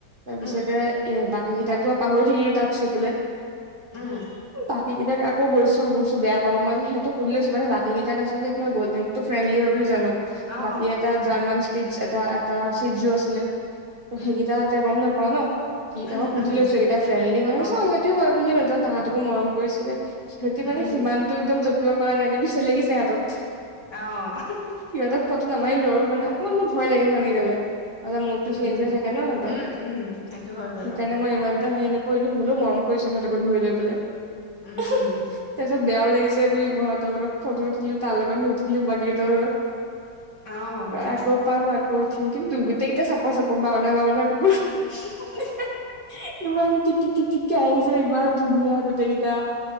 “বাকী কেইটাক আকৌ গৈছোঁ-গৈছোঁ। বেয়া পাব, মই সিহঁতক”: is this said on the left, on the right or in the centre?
Right